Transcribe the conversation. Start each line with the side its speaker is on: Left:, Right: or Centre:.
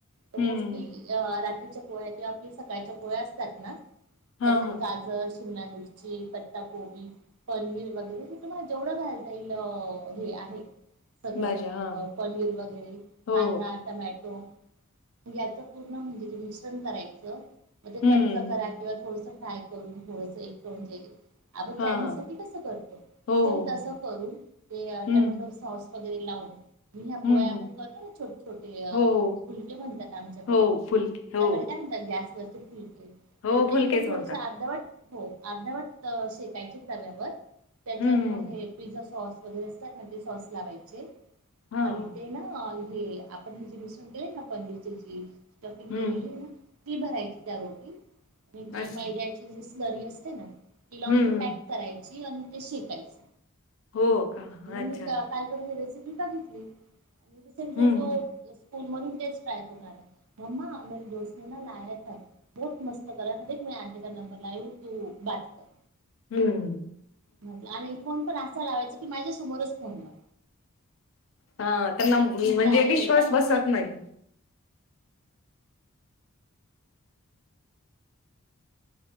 Right: तर मोस्टली
Left: हं, हं.
Right: रात्रीच्या पोळ्या, किंवा आपली सकाळच्या पोळ्या, असतात. ना
Left: हां,
Right: त्याच्यात
Left: हां.
Right: गाजर शिमला मिरची पत्ता कोबी पनीर वगैरे हे तुम्हा जेवढं घालता येईल. हे आहे. सगळं
Left: भाज्या, हां.
Right: पनीर वगैरे
Left: हो,
Right: कांदा टामॅटो याच पूर्ण म्हणजे ते मिश्रण करायचं म ते
Left: हं. हो. हं,
Right: कच्च
Left: हं.
Right: करा किंवा थोडस फ्राय करून थोडस एक करून जाईल. आपण
Left: हां,
Right: चायनीज
Left: हां.
Right: साठी कसं करतो
Left: हो,
Right: सेम
Left: हो,
Right: तसं
Left: हो.
Right: करून ते
Left: हं,
Right: टमॅटो सॉस वगैरे लावून म ह्या
Left: हं,
Right: पोळया आपण
Left: हं.
Right: करतो, ना छोटे, छोटे अ
Left: हो, हो.
Right: फुलके म्हणतात आमच्याकडे
Left: हो,
Right: तुमच्याकडे
Left: फुलके. हो.
Right: काय म्हणतात गॅस वरचे फुलके
Left: हो, फुलकेच
Right: ते पण थोडंसं
Left: म्हणतात.
Right: अर्धवट हो अर्ध्यावट शेकायचे तव्यावर त्याच्यावर
Left: हं, हं.
Right: मग हे पिझ्झा, सॉस, वगैरे असतात. ना ते सॉस लावायचे
Left: हां,
Right: आणि
Left: हां.
Right: ते ना आपण हे जेस <unintelligible> ना पनीरची ज स्टफिंग
Left: हं.
Right: केलेली आहे ना ती भरायची त्या रोटी आणि ती
Left: अच्छा.
Right: मैद्याची जी स्लरी असते ना ति लावून
Left: हं,
Right: तेे
Left: हं.
Right: पॅक करायची आणि ते शेकायच
Left: हो का?
Right: म्हणून
Left: अच्छा.
Right: मी काय कर रेसिपी बघितली आणि रिसेंटली
Left: हं,
Right: तो
Left: हं.
Right: स्कूल मधून तेच ट्राय करून आला. मम्मा मेरे दोस्त लया बहो मस्त करा दे मै आंटी का नंबर लाय ह तू बात कर
Left: हं.
Right: म्हटलं आणि फोन पण असा लावायचा की माझ्यासमोरच फोन लाव
Left: हा त्यांना म्हणजे
Right: म्हटलं अरे
Left: विश्वास
Right: बेटा मी
Left: बसत
Right: तुला
Left: नाही.